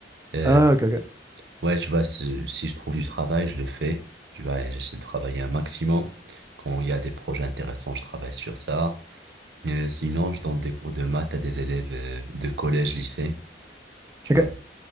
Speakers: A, on the right (about 70°); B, on the right (about 15°).
A: Euh,
B: Ah, OK, OK.
A: ouais, tu vois, si si je trouve du travail, je le fais. Tu vois, j'essaie de travailler un maximum. Quand il y a des projets intéressants, je travaille sur ça. Euh, sinon, je donne des cours de maths à des élèves, euh, de collège, lycée, tu
B: OK.
A: vois.